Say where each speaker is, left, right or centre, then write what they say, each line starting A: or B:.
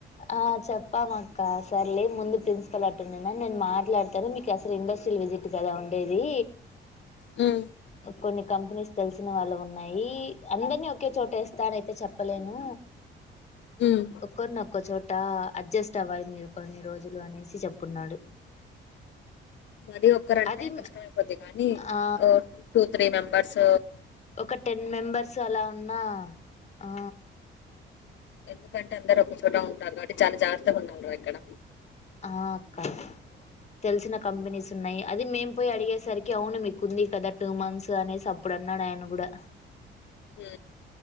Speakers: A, on the left; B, on the left.
A: ఆ చెప్పామ అక్క సరలే ముందు ప్రిన్సిపల్ అటున్నానా నేను మాట్లాడతాను మీకు అసలు ఇండస్ట్రీ విజిట్ కదా ఉండేది
B: హ్మ్
A: కొన్ని కంపెనీస్ తెలిసిన వాళ్ళు ఉన్నాయి అందరినీ ఒకే చోట ఏస్తా అనయితే చెప్పలేను
B: ఉమ్
A: ఒకరోనొక్ చోట అడ్జస్ట్ అవ్వాలి మీరు కొన్ని రోజులు అనేసి చెప్పున్నాడు
B: మర ఒక్కరంటే
A: అది
B: కష్టం అయిపోద్ది కాగానీ
A: ఆ
B: ఓ టూ త్రీ మెంబర్ బడ్స్
A: ఒక టెన్ మెంబర్స్ అలా ఉన్నా ఆ
B: ఎందుకంటే అందరు ఒకచోట ఉంటారు కాబట్టి చాలా జాగ్రత్తగా ఉండాలిరా ఇక్కడ
A: ఆ అక్క తెలిసిన కంపెనీస్ ఉన్నాయి అది మేం పోయి అడిగేసరికి అవును మీకు ఉంది కదా టూ మంత్స్ అనేసి అప్పుడు అన్నాడు ఆయన కూడా
B: హు